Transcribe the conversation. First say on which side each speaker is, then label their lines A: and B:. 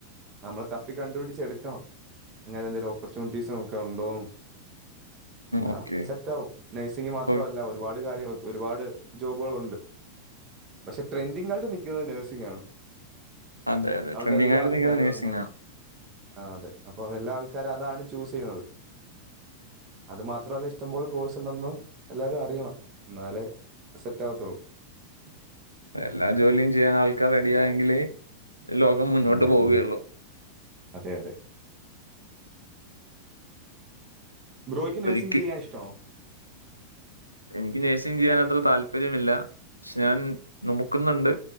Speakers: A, on the right; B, on the right.
A: നമ്മള് തപ്പി കണ്ടുപിടിച്ചെടുക്കണം. അങ്ങനെന്തെങ്കിലും ഓപ്പർച്യുനിറ്റീസ് നോക്ക ഉ- ണ്ടോന്ന് എന്നാ
B: ഓക്കെ
A: സെറ്റാവും. നഴ്സിംഗ് മാത്രവല്ല
B: ഇപ്പൊ
A: ഒരുപാട് കാര്യങ്ങൾ, ഒരുപാട് ജോബുകളുണ്ട്. പക്ഷെ ട്രെൻഡിംങ്ങായിട്ട് നിക്കുന്നത് നഴ്സിങ്ങാണ്.
B: അതെ അതെ
A: അതോണ്ട്
B: ട്രെൻഡിങ്
A: എല്ലാ
B: ആയിട്ട്
A: ആൾക്കാരും
B: നിൽക്കുന്ന നഴ്സിംഗ്
A: അങ്ങനെ
B: ആണ്
A: ആഹ് അതെ, അപ്പൊ എല്ലാ ആൾക്കാരും അതാണ് ചൂസെയ്യുന്നത്. അത് മാത്രമല്ല, ഇഷ്ടംപോലെ കോഴ്സുണ്ടെന്ന് എല്ലാരും അറിയണം. ന്നാലേ സെറ്റാകത്തുള്ളൂ.
B: എല്ലാ ജോലിയും ചെയ്യാൻ ആൾക്കാർ റെഡി ആയെങ്കിലേ ലോകം മുന്നോട്ട്
A: ഉം
B: പോവുകയുള്ളൂ
A: ഉം. അതെ അതെ. ബ്രോയ്ക്ക് നഴ്സിംഗ്
B: ഒരിക്ക്
A: ചെയ്യാൻ ഇഷ്ടാണോ?
B: എനിക്ക് നഴ്സിംഗ് ചെയ്യാൻ അത്ര താല്പര്യമില്ല. ക്ഷെ ഞാൻ നോക്കുന്ന്ണ്ട്